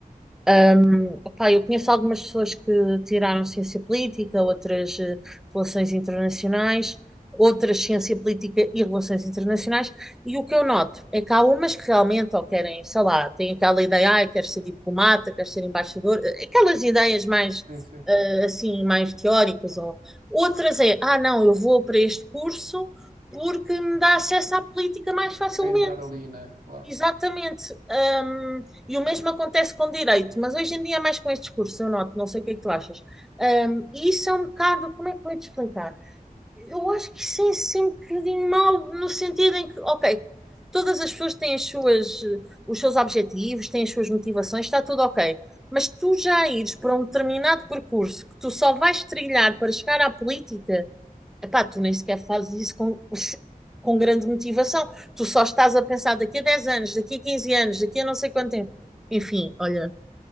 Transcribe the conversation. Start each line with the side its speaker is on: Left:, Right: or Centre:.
Centre: hum, opá, eu conheço algumas pessoas que tiraram ciência política, outras eh, relações internacionais, outras ciência política e relações internacionais, e o que eu noto é que há umas que realmente ou querem, sei lá, têm aquela ideia, ah, quero ser diplomata, quero ser embaixador, aquelas ideias mais
Right: Sim, sim.
Centre: eh, assim, mais teóricas, ou outras é, ah, não, eu vou para este curso porque me dá acesso à política mais facilmente.
Right: Para entrar ali, né? Claro.
Centre: Exatamente. Hum, e o mesmo acontece com direito, mas hoje em dia é mais com este discurso, eu noto, não sei o que é que tu achas. Hum, e isso é um bocado, como é que eu ia te explicar? Eu acho que isso é sempre um bocadinho mau, no sentido em que, ok, todas as pessoas têm as suas, eh, os seus objetivos, têm as suas motivações, está tudo ok. Mas tu já ires para um determinado percurso que tu só vais trilhar para chegar à política Epá, tu nem sequer fazes isso com, com grande motivação. Tu só estás a pensar daqui a 10 anos, daqui a 15 anos, daqui a não sei quanto tempo. Enfim, olha,